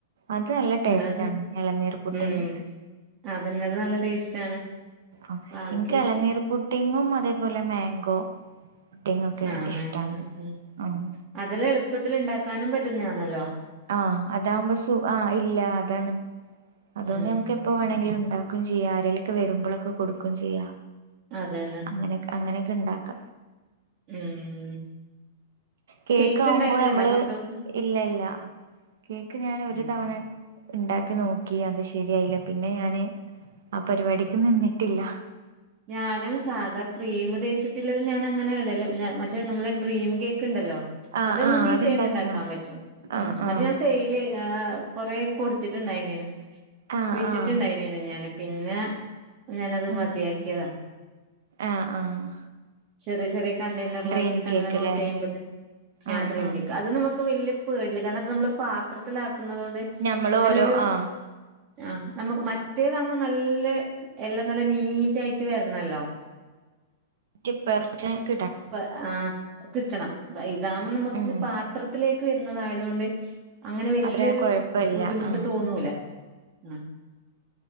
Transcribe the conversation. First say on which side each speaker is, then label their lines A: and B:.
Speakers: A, on the right; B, on the right.
A: അത് നല്ല ടേസ്റ്റ്
B: അത്
A: ആണ് ഇളനീർ പുഡിങ്
B: ഉം അതിനത് നല്ല ടേസ്റ്റ് ആണ്.
A: ആഹ്
B: ബാക്കിയൊക്കെ
A: ഇൻക്ക് എളനീർ പുഡ്ഢിങ്ങും, അതേപോലെ മേങ്കോ പുഡ്ഢിങ്ങൊക്കെ
B: ആ
A: ഇഷ്ടാണ്
B: മാങ്ങ ഉം
A: ആഹ്
B: അതെല്ലാം എള്പ്പത്തില് ഇണ്ടാക്കാനും പറ്റ്ന്നെയാന്നല്ലോ
A: ആഹ് അതാകുമ്പോ സു ആഹ് ഇല്ല അതാണ് അത്കൊണ്ട്
B: ഉം
A: ഞമ്ക്ക് എപ്പ വേണെങ്കിലും
B: ഉം.
A: ഇണ്ടാ ക്കും ചെയ്യാ ആരേലൊക്കെ വെരുമ്പളൊക്കെ കൊടുക്കും ചെയ്യാ
B: അതെ അതെ
A: അങ്ങനെയെക്കെ അങ്ങനെയെക്കെ ഇണ്ടാക്ക
B: ഉം ഉം
A: കേക്കാവുമ്പൊ
B: കേക്ക് ഉണ്ടാക്കലുണ്ടോ
A: നമ്മള്
B: മക്കൾക്ക്
A: ഇല്ലല്ലോ കേക്ക് ഞാൻ ഒരു
B: ഉം
A: തവണ ഇണ്ടാക്കി നോക്കി അത് ശരിയായില്ല പിന്നെ ഞാന് ആ പരിപാടിക്ക് നിന്ന്ട്ടില്ല
B: ഞാനും സാധാ ക്രീം തേച്ച്ട്ട്ല്ലത് ഞാൻ അങ്ങനെ ഇടല്ല ഞ മറ്റേ നമ്മളെ ഡ്രീം കേക്ക് ഇണ്ടല്ലോ
A: ആഹ്
B: അത് നമ്മക്ക്
A: ആഹ് അത്ണ്ടാക്കിണോ
B: ഈസിയായിട്ട് ഇണ്ടാക്കാൻ പറ്റും
A: ആഹ്
B: ഉം
A: ആഹ്
B: അത് ഞാൻ സെയ്‌ ല് ഏഹ് കൊറേ കൊട്ത്ത്ട്ട് ഇണ്ടായ്നേനു
A: ആഹ്
B: വിറ്റ്റ്റ്
A: ആഹ്
B: ഇണ്ടായ്നേ നു ഞാന് പിന്നെ ഞാനത്
A: ഉം
B: മതിയാക്ക്യേതാ
A: ആഹ് ആഹ്
B: ചെറിയ ചെറിയ കണ്ടെയ്നർല്
A: ഡ്രീം
B: ആക്കിയിട്ട്
A: കേക്ക്ല്ലേ
B: അങ്ങനെ നൂറ്റി അയ്മ്പതിന് ഞാൻ
A: ആഹ്
B: ഡ്രീം
A: ആഹ്
B: കേക്ക് അത് നമക്ക് വല്ല്യെ പേടില്ല കാരണം ഇത് നമ്മള് പാത്രത്തിലാക്ക്ന്നതോണ്ട്
A: ഞമ്മള്
B: അങ്ങനെരു
A: ഓരോ ആഹ്
B: ആഹ് നമ്മ മറ്റേതാവുമ്പം നല്ലെ എല്ലം നല്ല നീറ്റ് ആയിറ്റ് വെര്ണല്ലോ
A: റ്റ് പെർഫെക്ഷന് കിട്ടണം
B: പ്പെ ആഹ് കിട്ടണം ഇതാവുമ്പൊ നമക്ക്
A: ഉം
B: പാത്രത്തിലേക്ക് വരുന്നതായതുകൊണ്ട് അങ്ങനെ വെല്ല്യെരു
A: അത്ര കൊഴപ്പല്ല
B: ബുദ്ധിമുട്ട്
A: ആഹ്
B: തോന്നൂല ഉം